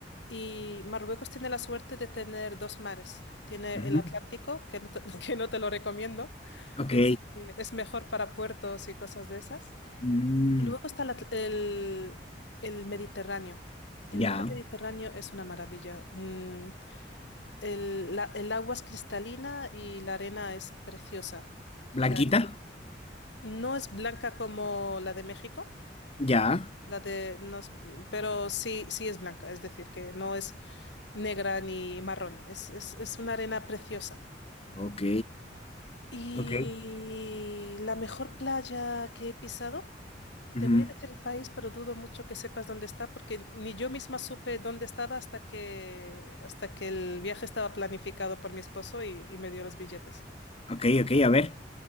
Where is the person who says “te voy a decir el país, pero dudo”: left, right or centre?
Left